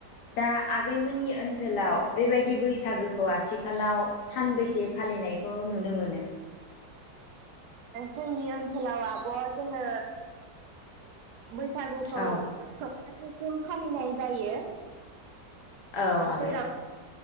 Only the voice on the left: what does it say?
दा आगैमोननि ओनसोलाव बेबायदि बैसागोखौ आथिखालाव सानबैसे फालिनायखौ नुनो मोनो?
औ
औ आगै